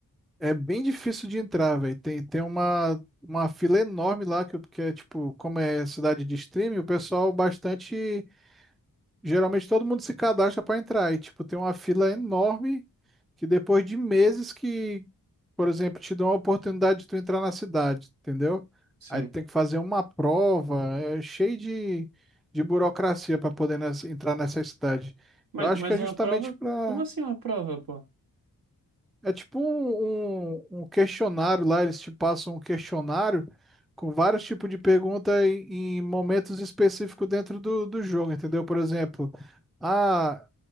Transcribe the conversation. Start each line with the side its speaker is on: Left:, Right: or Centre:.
Centre: é bem difícil de entrar, velho. Tem, tem uma, uma fila enorme lá, que, que é tipo, como é cidade de streaming, o pessoal bastante. Geralmente todo mundo se cadastra para entrar e tipo tem uma fila enorme que depois de meses que, por exemplo, te dão a oportunidade de tu entrar na cidade, entendeu?
Right: sim.
Centre: Aí tu tem que fazer uma prova, é cheio de, de burocracia para poder nessa- entrar nessa cidade.
Right: Mas,
Centre: Eu acho
Right: mas
Centre: que é justamente
Right: uma prova?
Centre: para
Right: Como assim uma prova, pô?
Centre: é tipo um, um, um questionário lá, eles te passam um questionário com vários tipos de pergunta em, em momentos específicos dentro do, do jogo, entendeu? Por exemplo, ah,